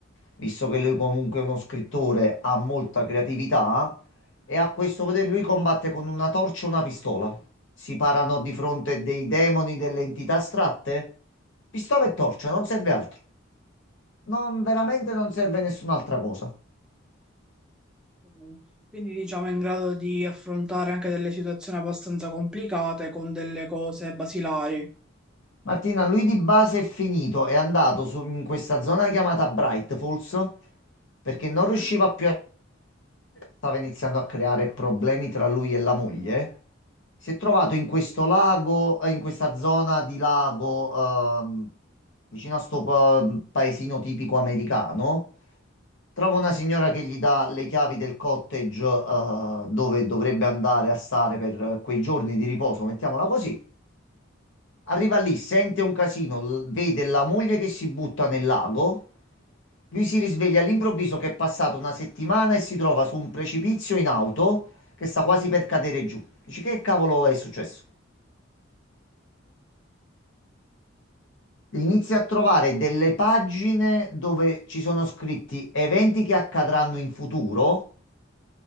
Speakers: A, on the left; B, in the centre.
A: visto che lui comunque è uno scrittore, ha molta creatività e a questo potere lui combatte con una torcia e una pistola. Si parano di fronte dei demoni, delle entità astratte. Pistola e torcia, non serve altro. Non, veramente non serve nessun'altra cosa.
B: Mm. quindi diciamo è in grado di affrontare anche delle situazioni abbastanza complicate con delle cose basilari.
A: Martina, lui di base è finito, è andato su, in questa zona chiamata Bright Falls perché non
B: Mhm.
A: riusciva più stava iniziando a creare problemi tra lui e la moglie, si è trovato in
B: Sì,
A: questo lago, eh, in questa zona di lago, ehm, vicino a sto pa- paesino tipico americano. Trova una
B: sì.
A: signora che gli dà le chiavi del cottage, eh, dove dovrebbe andare a stare per eh, quei giorni di riposo, mettiamola così. Arriva lì, sente un casino, l- vede la moglie che si butta nel lago. Lui si risveglia all'improvviso che è passata una settimana e si trova su un precipizio in auto che sta quasi per cadere giù. Dice, che cavolo è successo? Inizia a trovare delle pagine dove ci sono scritti eventi che accadranno in futuro